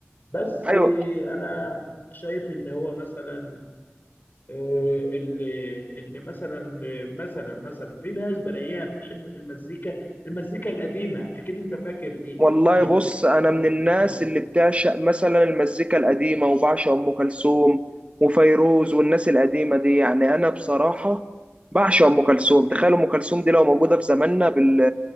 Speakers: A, on the left; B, on the right.
A: بس
B: ايوه
A: انا شايف ان هو مثلا آه، اللي ان مثلا مثلا مثلا في ناس بلاقيها بتحب في المزيكا المزيكا القديمه اكيد انت فاكر دي
B: والله
A: اللي
B: بص
A: هي
B: انا
A: مزيكة
B: من
A: ام كلثوم
B: الناس اللي
A: وعبد
B: بتعشق
A: الحليم
B: مثلا المزيكا القديمه وبعشق ام كلثوم وفيروز والناس القديمه دي يعني انا بصراحه بعشق ام كلثوم تخيل ام كلثوم دي لو موجوده في زماننا بال